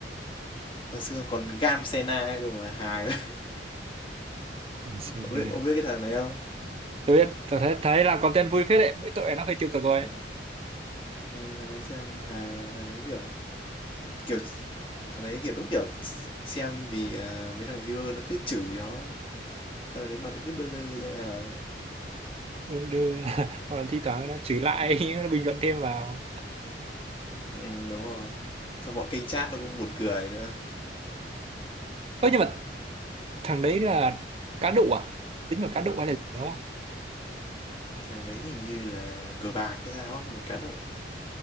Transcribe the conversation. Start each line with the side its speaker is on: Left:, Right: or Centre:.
Left: hồi xưa còn Gam Sena cơ mà hài. <laughs>
Right: Ừ, Xin,
Left: Ông biết
Right: ờ,
Left: ông biết cái thằng này không?
Right: tôi biết tôi thấy thấy làm content vui phết đấy mỗi tội nó hơi tiêu cực rồi
Left: Ừ. Ừ, thằng đấy xem hài mà thằng đấy kiểu kiểu thằng đấy kiểu đúng kiểu xem vì à, mấy thằng viewer nó cứ chửi nó thằng đấy mà nó cứ đơ đơ ra hài
Right: đưa, đưa <laughs> hoặc là thi thoảng nó chửi lại <laughs> nó bình luận thêm vào
Left: ừ, đúng rồi xong bọn kênh chat nó cũng buồn cười nữa
Right: ơ nhưng mà thằng đấy là cá độ à tính là cá độ hay là gì mà đúng không
Left: thằng đấy hình như là cờ bạc cái sao á không phải cá độ